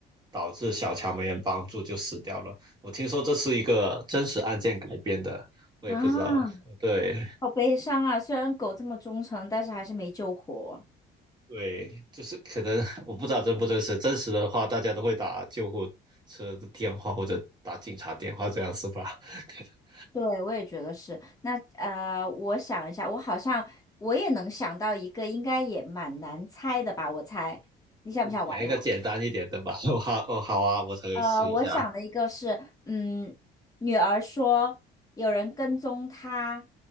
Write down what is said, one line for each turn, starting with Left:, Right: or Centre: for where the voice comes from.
Right: 导致小强没人帮助就死掉了。我听说这是一个真实案件改编的，我也不知道。
Left: 啊。
Right: 对
Left: 好悲伤啊！虽然狗这么忠诚，但是还是没救活。
Right: 对，就是可能 <laughs> 我不知道真不真实，真实的话大家都会打救护车的电话或者打警察电话这样是吧？<laughs>
Left: 对，我也觉得是。那呃，我想一下，我好像我也能想到一个，应该也蛮难猜的吧？我猜，你想不想玩一玩？
Right: 你讲一个简单一点的吧。<laughs> 我好，哦，好啊，我可以试一下。
Left: 呃，我想的一个是，嗯，女儿说有人跟踪她，